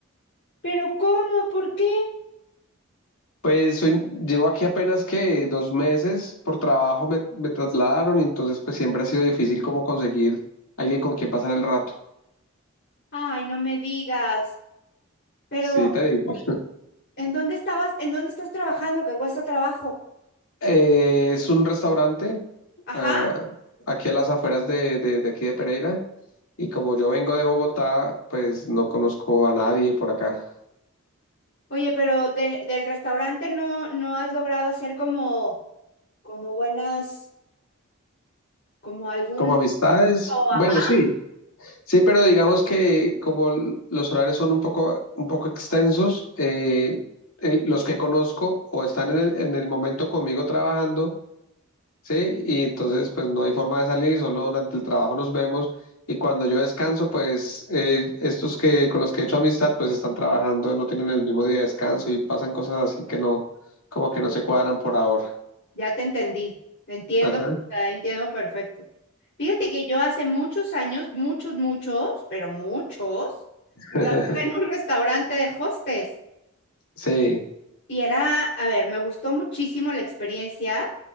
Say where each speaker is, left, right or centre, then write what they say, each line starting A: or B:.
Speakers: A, on the left; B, on the left.
A: pero ¿cómo? ¿Por qué?
B: Pues soy, llevo aquí apenas que dos meses por trabajo me, me trasladaron y entonces pues siempre ha sido difícil como conseguir alguien con quien pasar el rato.
A: Ay, no me digas, pero
B: Sí, te digo.
A: ¿en dónde estabas? ¿En dónde estás trabajando que cuesta trabajo?
B: Eh, es un restaurante
A: Ajá.
B: ah, aquí a las afueras de, de de aquí de Pereira y como yo vengo de Bogotá, pues no conozco a nadie por acá.
A: Oye, pero de- del restaurante no, no has logrado hacer como Como buenas, como algún,
B: Como amistades,
A: O,
B: bueno,
A: ajá,
B: sí, sí, pero digamos que como l- los horarios son un poco, un poco extensos, eh, el- los que conozco o están en el, en el momento conmigo trabajando, sí, y entonces pues no hay forma de salir, solo durante el trabajo nos vemos y cuando yo descanso, pues eh, estos que con los que he hecho amistad, pues están trabajando, no tienen el mismo día de descanso y pasan cosas así que no, como que no se cuadran por ahora.
A: ya te entendí, entiendo,
B: Ajá.
A: ah, entiendo perfecto. Fíjate que yo hace muchos años, muchos, muchos, pero muchos,
B: <laughs>
A: trabajé en un restaurante de hostes
B: Sí,
A: y era, a ver, me gustó muchísimo la experiencia,